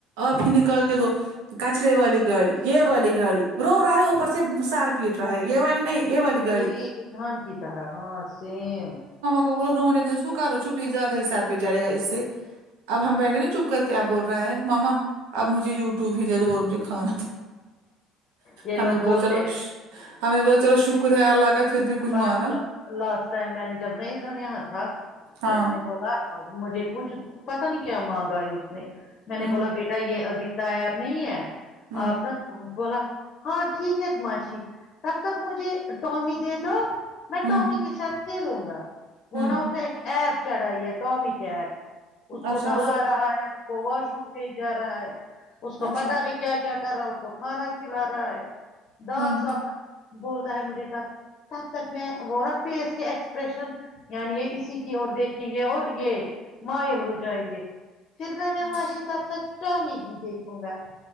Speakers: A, on the right (about 75°); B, on the left (about 50°).
A: آپ ہی نکال کے دو کچرے والی گاڑی یہ والی گاڑی رو رہا ہے اوپر سے سر پیٹ رہا ہے یہ والی نہیں یہ والی گاڑی
B: یہی ازحان کی طرح ہاں سیم
A: بولو رونے تو اس کو کرو چوپی زیادہ ہی سر پہ چڑے گا اس اب ہم بیٹھے نا چپ کر کے اب بول رہا ہے ماما اب مجھے یو ٹیوب ہی دے دو اور مجھے کھانا
B: یہ لوگ
A: ہم نے بولا
B: بولتے
A: چلو ش
B: ہیں
A: ہم نے بولا چلو شک شکر ہے اللہ کا پھر بھی کچھ
B: پرسو
A: مانا
B: لاسٹ ٹائم میں نے جب نہیں سنیا تھا
A: ہاں
B: اس نے بولا مجھے کچھ پتا نہیں کیا مانگا آئی اس نے میں نے
A: ہوں
B: بولا بیٹا کیا یہ ابھی تیار نہیں ہے
A: ہوں
B: آپ نا بولا ہاں ٹھیک ہے ماشی تب تک مجھے ٹومی دے دو میں
A: ہوں
B: ٹمی کے شاتھ کھیلوں گا وہ
A: ہوں
B: نا اس نے ایک ایپ چڑھائی ہے ٹمیی کیٹ اس کو
A: اچھا
B: نہا رہا ہے اس کو واش روم بھی جا رہا ہے اس کو
A: اچھا
B: پتا نہیں کیا کیا کر رہا ہے اس کو کھانا کھلا رہا ہے دانت
A: ہوں
B: ساف بولتا ہے مجھے تک تب تک میں ورب فیس کے ایکسپریشن یعنی یہ اسی کی اور دیکھیں گے اور یہ مائل ہو جائیں گے پھر نہ میں
A: ہوں،
B: ماشی تب تک ٹامی کی دیکھوں گا